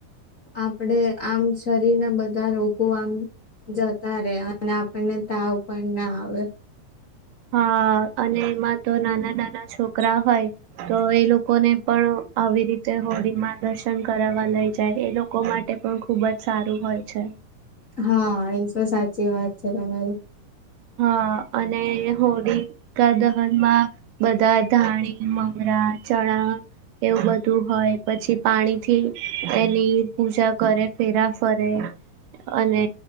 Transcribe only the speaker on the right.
હા અને એમાં તો નાના નાના છોકરા હોય તો એ લોકોને પણ આવી રીતે હોળીમાં દર્શન કરાવવા લઈ જાય એ લોકો માટે પણ ખુબ જ સારું હોય છે.
હા અને હોળી કા દ નમાં બધા ધાણી મમરા ચણા એવું બધું હોય પછી પાણીથી એની પૂજા કરે ફેરા ફરે અને